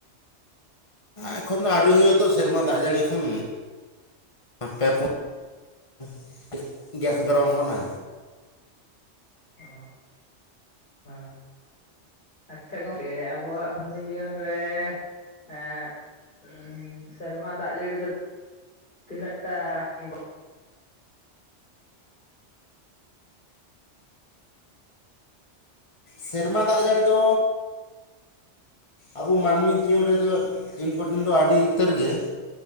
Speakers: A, on the left; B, on the left.
A: ᱮᱠᱷᱚᱱ ᱫᱚ ᱟᱹᱣᱨᱤ ᱦᱩᱭᱩᱜᱼᱟ ᱛᱚ ᱥᱮᱨᱢᱟ ᱫᱟᱜ ᱡᱟᱹᱲᱤ ᱮᱠᱷᱚᱱᱼᱼ ᱯᱮ ᱯᱩᱱ <inaudible> ᱜᱮᱥ ᱜᱚᱨᱚᱢ ᱠᱟᱱᱟ
B: ᱚ ᱦᱩᱸ <unintelligible> ᱟᱪᱪᱷᱟ ᱜᱚᱝᱠᱮ ᱟᱵᱚᱣᱟᱜ ᱢᱟᱹᱱᱢᱤ ᱡᱤᱭᱚᱱ ᱨᱮ ᱮᱸᱻ ᱦᱮᱸ ᱥᱮᱨᱢᱟ ᱫᱟᱜ ᱡᱟᱹᱲᱤ ᱫᱚ ᱛᱤᱱᱟᱹᱜ ᱴᱟᱜ ᱤᱼᱼ
A: ᱥᱮᱨᱢᱟ ᱫᱟᱜ ᱡᱟᱹᱲᱤ ᱫᱚ ᱟᱵᱚ ᱢᱟᱹᱱᱢᱤ ᱡᱤᱭᱚᱱ ᱨᱮᱫᱚ ᱤᱱᱯᱚᱴᱮᱱ ᱫᱚ ᱟᱹᱰᱤ ᱩᱛᱟᱹᱨ ᱜᱮ